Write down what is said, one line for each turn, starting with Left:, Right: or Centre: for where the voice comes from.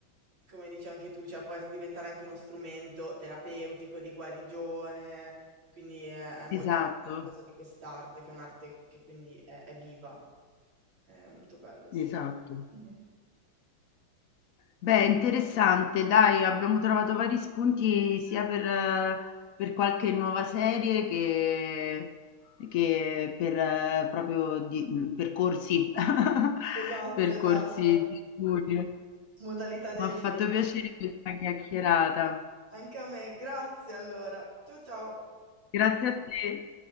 Right: come dici anche tu, cioè può es- diventare anche uno strumento terapeutico di guarigione, quindi è, è molto
Left: Esatto,
Right: bella la cosa di quest'arte, che è un'arte che quindi è, è viva. È molto bello, sì.
Left: esatto.
Right: <laughs>
Left: Beh, interessante, dai, abbiamo trovato vari spunti sia per, eh, per qualche nuova serie che, che per eh, proprio di, mh, percorsi, <laughs>
Right: Esatto,
Left: percorsi
Right: esatto.
Left: di studio.
Right: Modalità del
Left: Mi ha fatto
Right: cinema.
Left: piacere questa chiacchierata.
Right: Anche a me, grazie allora. Ciao ciao.
Left: Grazie a te.